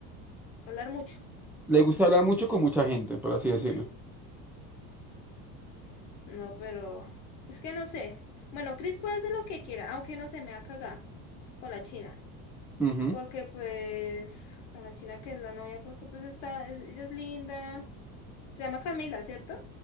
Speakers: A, on the left; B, in the centre.
A: hablar mucho.
B: Le gusta hablar mucho con mucha gente, por así
A: Ujú.
B: decirlo.
A: No, pero es que no sé. Bueno, Chris puede hacer lo que quiera, aunque no se me ha cagado con la China.
B: Ujú.
A: Porque pues, con la China que es la novia, porque pues está, e- ella es linda. Se llama Camila, ¿cierto?